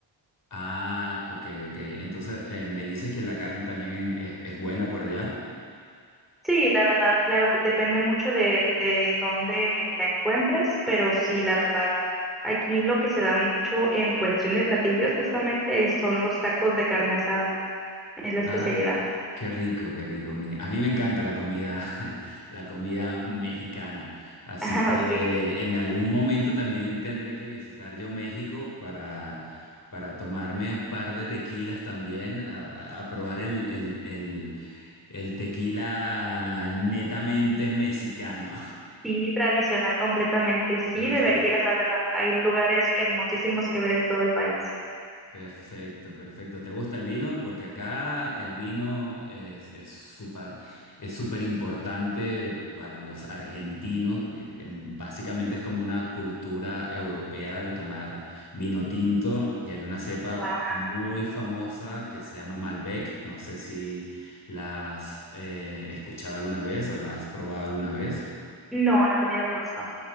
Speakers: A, on the left; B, in the centre.
A: Ah, ok, ok. Entonces, eh, me dices que la carne también en- es es buena por allá.
B: Sí, la verdad, claro que depende mucho de, de dónde la encuentres, pero sí, la verdad, aquí lo que se da mucho en cuestión de platillos justamente es- son los tacos de carne asada, es la especialidad.
A: Ay, qué rico, qué rico. Me- A mí me encanta la comida, <laughs> la comida mexicana. Así
B: <laughs> Ah,
A: que
B: ok.
A: en algún momento también tendré que visitar yo México para, para tomarme un par de tequilas también, a, a- a probar el, el, el, el tequila netamente mexicano.
B: Sí, tradicional completamente. Sí,
A: <laughs>
B: deberías, la verdad. Hay lugares hermosísimos que ver en todo el país.
A: Perfecto, perfecto. ¿Te gusta el vino? Porque acá el vino es, es súper, es súper importante para los argentinos. eh, en- Básicamente es como una cultura europea de tomar vino tinto y hay una cepa
B: Guau.
A: muy famosa que se llama Malbec. No sé si la has eh, escuchado alguna vez o lo has probado alguna vez.
B: No, no he tenido el gusto.